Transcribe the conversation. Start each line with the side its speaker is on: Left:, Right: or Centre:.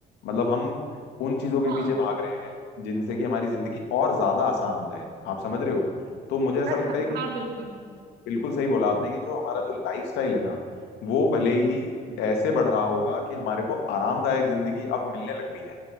Left: मतलब हम उन चीजों के
Right: हाँ
Left: पीछे भाग रहे हैं जिनसे कि हमारी जिंदगी और ज्यादा आसान हो जाए आप समझ रहे हो तो मुझे ऐसा
Right: और
Left: लगता है कि
Right: हाँ बिल्कुल
Left: बिल्कुल सही बोला आपने कि जो हमारा जो लाइफस्टाइल है ना वो भले ही
Right: हम्म,
Left: ऐसे बढ़ रहा होगा कि हमारे को आरामदायक जिंदगी अब मिलने लग गई है